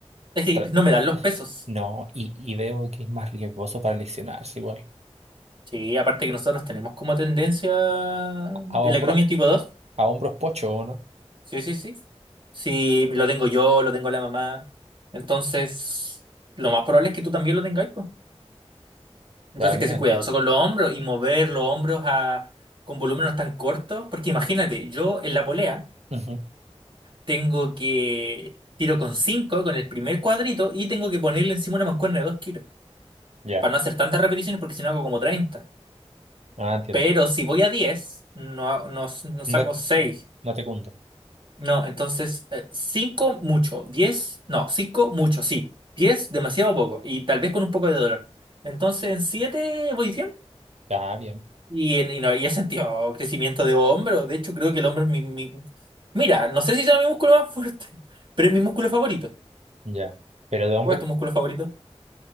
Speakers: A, on the right; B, on the right.
A: Es que
B: tra-
A: no me dan los
B: <laughs>
A: pesos.
B: no, y, y veo que es más riesgoso para leccionarse igual.
A: Sí, aparte que nosotros tenemos como tendencia
B: A hombros,
A: el acromio tipo dos
B: a hombros pocho, ¿o no?
A: Sí, sí, sí. Sí, lo tengo yo, lo tengo la mamá. Entonces, lo más probable es que tú también lo tengas, pues. Entonces,
B: Probablemente.
A: que ser cuidadoso con los hombros y mover los hombros a, con volúmenes tan cortos. Porque imagínate, yo en la polea.
B: Ujú,
A: tengo que tiro con 5 con el primer cuadrito y tengo que ponerle encima una mancuerna de 2 kilos
B: Ya,
A: para no hacer tantas repeticiones porque si no hago como treinta
B: Ah, entiendo.
A: Pero si voy a 10 no, no, no
B: No,
A: saco seis
B: no te cunde.
A: No, entonces eh, 5 mucho, 10 no, 5 mucho, sí. diez demasiado poco y tal vez con un poco de dolor. Entonces en 7 voy bien
B: Ya, bien,
A: y, en- y, no, y he sentido crecimiento de hombro. De hecho creo que el hombro es mi... mi- Mira, no sé si sea mi músculo más fuerte, <laughs> pero es mi músculo favorito.
B: ya. Pero de hombres
A: ¿Cuál es tu músculo favorito?